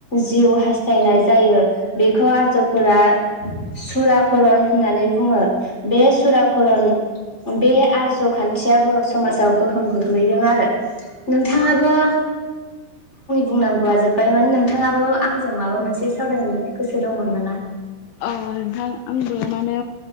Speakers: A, on the left; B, on the left.
A: जिउ हास्थायनाय जायो बेखौ आरजावफोरा सुराकरन होननानै बुङो बे सुराकरन बे आरज खान खाथिया बर' समाजाव गोहोम गोग्लैदों आरो नोंथाङाबो बुंनांगौआ जोब्बायमोन नोंथाङाबो आंजों माबा मोनसे गोसो दंमोन नामा
B: नोंथां आंबो माने